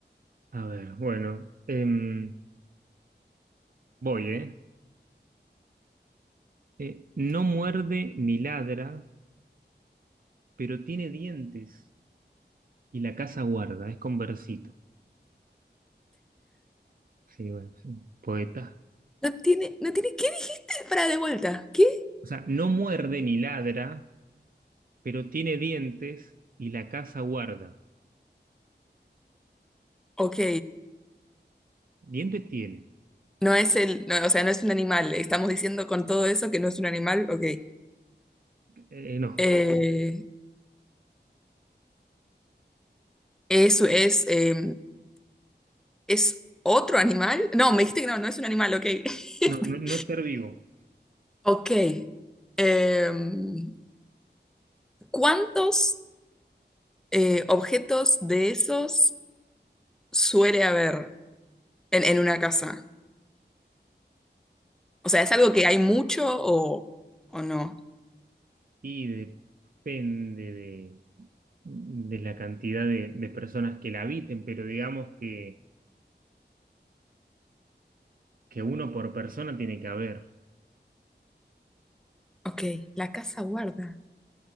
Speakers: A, on the right; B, in the centre.
A: A ver, bueno, em, voy, ¿eh? Eh, No muerde ni ladra, pero tiene dientes y la casa guarda, es conversito. Sí, bueno, sí, poeta.
B: No tiene, no tiene, ¿qué dijiste para de vuelta? ¿Qué?
A: O sea, no muerde ni ladra, pero tiene dientes y la casa guarda.
B: Ok.
A: ¿Dientes tiene?
B: No es el, no, o sea, no es un animal. Estamos diciendo con todo eso que no es un animal. Ok.
A: Eh, no,
B: Eh, es, es, eh, ¿es otro animal? No, me dijiste que no, no es un animal. Ok.
A: no,
B: <laughs>
A: no, no es ser vivo.
B: Ok. Em, ¿cuántos eh, objetos de esos suele haber en, en una casa? O sea, ¿es algo que hay mucho o, o no?
A: Y depende de la cantidad de, de personas que la habiten, pero digamos que, que uno por persona tiene que haber.
B: Ok, la casa guarda.